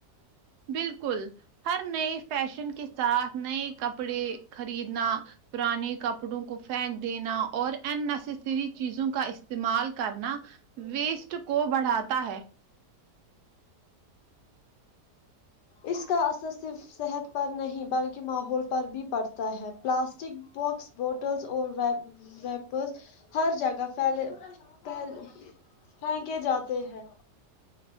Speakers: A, on the right; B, on the left.
A: بالکل ہر نئے فیشن کے ساتھ نئے کپڑے خریدنا پرانے کپڑوں کو پھینک دینا اور اننیسیسری چیزوں کا استعمال کرنا ویسٹ کو بڑھاتا ہے
B: اس کا اثر صرف صحت پر نہیں بلکہ ماحول پر بھی پڑتا ہے پلاسٹک پاکس بوٹلس اور ریپر ریپرس ہر جگہ پھیلے پہل پھینکے جاتے ہیں